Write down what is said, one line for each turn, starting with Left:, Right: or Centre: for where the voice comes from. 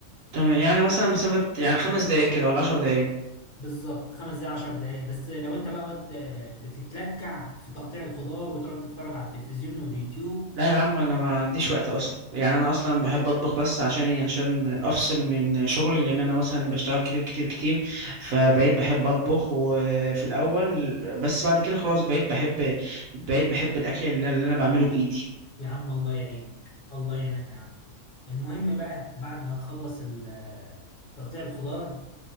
Right: تمام يعني مثلا مسافة يعني خمس دقايق كده ولا عشر دقايق
Left: بالظبط خمس دقايق عشر دقايق بس لو انت بقى واد آه، بتتلكع في تقطيع الخضار وتقعد تتفرج على التلفزيون واليوتيوب
Right: لا يا عم انا ما عنديش وقت اصلا يعني انا اصلا بحب اطبخ بس عشان ايه عشان افصل من شغلي لان انا مثلا بشتغل كتير كتير كتير فبقيت بحب اطبخ وفي الاول بس بعد كده خلاص بقيت بحب بقيت بحب الاكل اللي اللي انا بعمله بايدي
Left: يا عم الله يعينك الله يعينك يا عم المهم بقى بعد ما تخلص ال- آه، تقطيع الخضار